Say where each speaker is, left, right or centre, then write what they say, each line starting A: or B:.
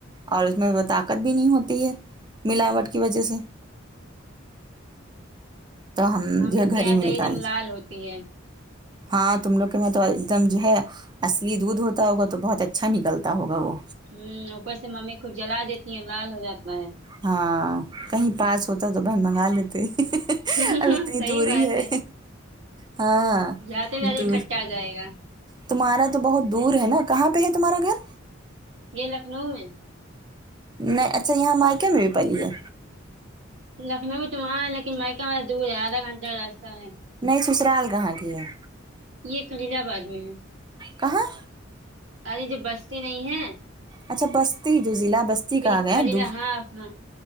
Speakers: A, on the right (about 20°); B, on the right (about 70°).
A: اور اس میں وہ طاقت بھی نہیں ہوتی ہے ملاوٹ کی وجہ سے تو ہم یہ
B: لوگ
A: گھر
B: کے یہاں
A: ہی میں
B: دہی
A: نکال
B: جم لال ہوتی ہے
A: ہاں تم لوگ کے میں تو ایک دم جو ہے اصلی دودھ ہوتا ہوگا تو بہت اچھا نکلتا ہوگا وہ
B: ہوں اوپر سے ممی خوب جلا دیتی ہیں لال ہو جاتا ہے
A: ہاں کہیں پاس ہوتا تو بھائی منگا لیتے
B: صحیح
A: اب اتنی دوری
B: بات
A: ہے ہاں
B: جاتے جاتے
A: دور
B: کھٹا آ جائے گا
A: تمہارا تو بہت دور ہے نا کہاں پہ ہے تمہارا گھر
B: یہ لکھنؤ میں
A: نہ اچھا یہاں مائکے میں بھی پلی ہے
B: لکھنؤ تو وہاں ہے لیکن مائکا ما دور ہے آدھا گھنٹے کا راستہ ہے
A: نہیں سسرال کہاں کی ہے
B: یہ خلید آباد میں ہے
A: کہاں
B: ارے جو بستی نہیں ہے
A: اچھا بستی جو ضلع بستی
B: پھر
A: کا آ گیا
B: خلیل
A: ہے دور
B: ہاں ہاں